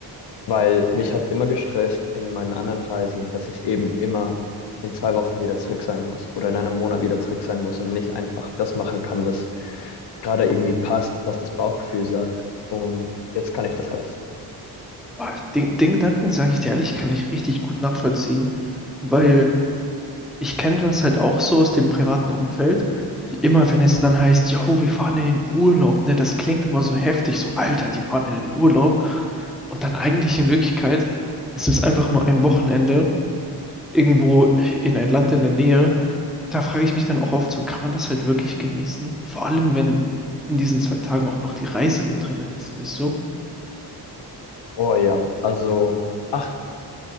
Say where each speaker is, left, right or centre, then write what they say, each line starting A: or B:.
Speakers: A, on the left; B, in the centre.
A: Weil mich hat immer gestresst in meinen anderen Reisen, dass ich eben immer in zwei Wochen wieder zurück sein muss oder in einem Monat wieder zurück sein muss und nicht einfach das machen kann, was gerade irgendwie passt, was das Bauchgefühl sagt. Und jetzt kann ich das halt.
B: Ah, Den, den Gedanken, sage ich dir ehrlich, kann ich richtig gut nachvollziehen, weil ich kenne das halt auch so aus dem privaten Umfeld. Immer wenn es dann heißt, yo, wir fahren in den Urlaub, ne, das klingt immer so heftig, so Alter, die fahren in den Urlaub. Und dann eigentlich in Wirklichkeit ist es einfach nur ein Wochenende irgendwo in ein Land in der Nähe. Und da frage ich mich dann auch oft so, kann man das halt wirklich genießen? Vor allem, wenn in diesen zwei Tagen auch noch die Reise mit drin ist, weißt du?
A: Oh ja, also, ach,